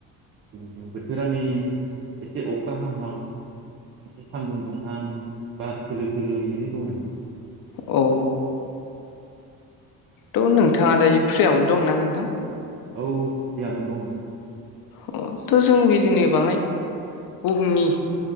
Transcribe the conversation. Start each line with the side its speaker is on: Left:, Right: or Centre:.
Right: बिथिं बोथोरा नै एसे अखा हाहां एसे सान्दुं दुंहां बार खोलो खोलोयैनो दं
Left: औ थ' नोंथाङा दायो फ्रियावनो दं ना नोंथां?
Right: औ फ्रियानो दं नोंथां।
Left: अ थ' जों बिरनि बाङाय बुहुमनि